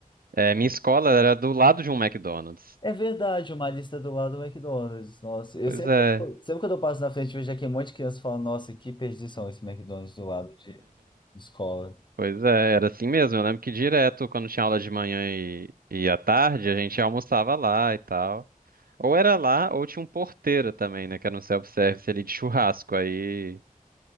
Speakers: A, on the right; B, on the left.
A: É, minha escola era do lado de um McDonald's.
B: É verdade, uma lista do lado do McDonald's. Nossa, eu
A: Pois
B: sempre,
A: é,
B: sempre quando eu passo na frente, vejo aqui um monte de criança falando, nossa, que perdição esse McDonald's do lado de escola.
A: pois é, era assim mesmo. Eu lembro que direto, quando tinha aula de manhã e, e à tarde, a gente almoçava lá e tal. Ou era lá, ou tinha um porteiro também, né, que era um self-service ali de churrasco. Aí,